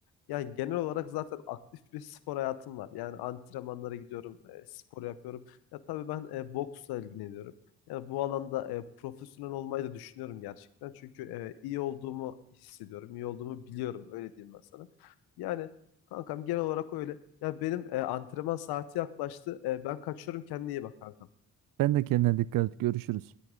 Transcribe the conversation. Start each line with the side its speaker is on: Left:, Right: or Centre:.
Left: Yani genel olarak zaten aktif bir spor hayatım var. Yani antrenmanlara gidiyorum, e, spor yapıyorum. Ya tabii ben e, boksla ilgileniyorum. Yani bu alanda e, profesyonel olmayı da düşünüyorum gerçekten. Çünkü e, iyi olduğumu hissediyorum, iyi olduğumu biliyorum. Öyle diyeyim ben sana. Yani kankam genel olarak öyle. Ya benim e, antrenman saati yaklaştı. E, ben kaçıyorum. Kendine iyi bak kankam.
Right: Ben de kendine dikkat et. Görüşürüz.